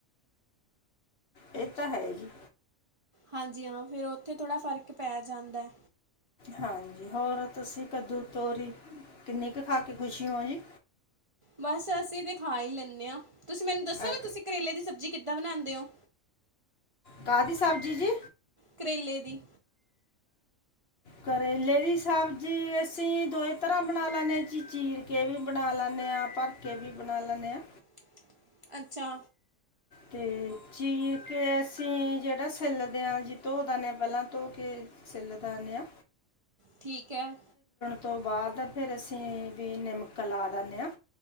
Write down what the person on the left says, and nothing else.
ਇਹ ਤਾਂ ਹੈ ਜੀ
ਹਾਂਜੀ ਹੋਰ ਤੁਸੀਂ ਕੱਦੂ ਤੋਰੀ ਕਿੰਨੀ ਕੁ ਖਾ ਕੇ ਖ਼ੁਸ਼ੀ ਹੋ ਜੀ
ਅ,
ਕਾਹਦੀ ਸਬਜ਼ੀ ਜੀ
ਕਰੇਲੇ ਦੀ ਸਬਜ਼ੀ ਅਸੀਂ ਦੋ ਤਰ੍ਹਾਂ ਬਣਾ ਲੈਦੇ ਜੀ ਚੀਰ ਕੇ ਵੀ ਬਣਾ ਲੈਦੇ ਭਰ ਕੇ ਵੀ ਬਣਾ ਲੈਦੇ ਹਾਂ
ਤੇ ਚੀ ਕੇ ਅਸੀਂ ਜਿਹੜਾ ਸ਼ਹੇਲਦੇ ਹਾਂ ਜੀ ਧੋ ਦ ਨੇ ਪਹਿਲਾਂ ਧੋ ਕੇ ਚੱਲਦਾਨਿਆ
ਉਸ ਤੋਂ ਬਾਅਦ ਫਿਰ ਅਸੀਂ ਵੀ ਨਮਕ ਲਾ ਦਿੰਦੇ ਹਾਂ